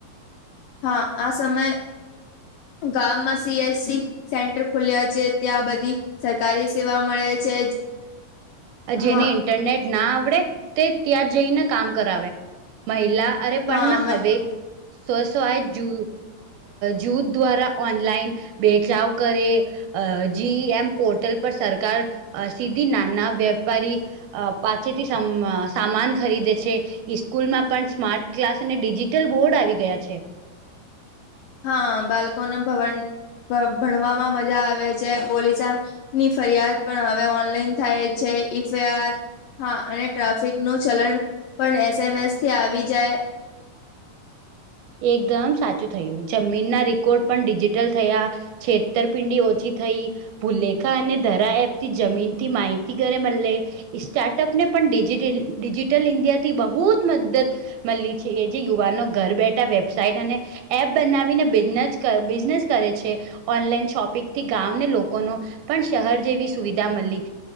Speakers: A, on the left; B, on the right.
A: હા આ સમયે ગામમાં સીએસી- - સેન્ટર ખુલ્યા છે ત્યાં બધી સરકારી સેવા મળે છે.
B: જેને
A: હા
B: ઇન્ટરનેટ ના આવડે તે ત્યાં જઈને કામ કરાવે. મહિલા અરે
A: હા
B: પણ હવે- - સ્વસ્ય જૂ જૂથ દ્વારા ઓનલાઈન બેચાવ કરે- - અ જી એમ પોર્ટલ પર સરકાર સીધી નાના વેપારી- - અ પાસેથી સામાન ખરીદે છે. સ્કૂલમાં પણ સ્માર્ટ ક્લાસ અને ડિજીિટલ બોર્ડ આવી ગયા છે
A: હા બાળકો ને ભણવામાં મજા આવે છે પોલીસ ની ફરિયાદ પણ હવે ઓનલાઈન થાય છે ઈફ યાર. હા અને ટ્રાફિક નું ચલણ પણ એસ એમ એસ થી આવી જાય.
B: એકદમ સાચું થયું જમીન ના રેકોર્ડ પણ ડિજિટલ થયા. છેતરપિંડી ઓછી થઈ. ભૂલેખા અને ધરા એપતી જમીનથી માહિતી ઘરે મળે. સ્ટાર્ટઅપને પણ ડિજિટલ ઇન્ડિયાથી બહુ જ મદદ. મળી છે એ જે યુવાનો ઘર બેઠા વેબસાઇટ અને એપ બનાવીને બિઝનેસ બિઝનેસ કરે છે ઓનલાઈન શોપિંગથી ગામને લોકોનો. પણ શહેર જેવી સુવિધા મળી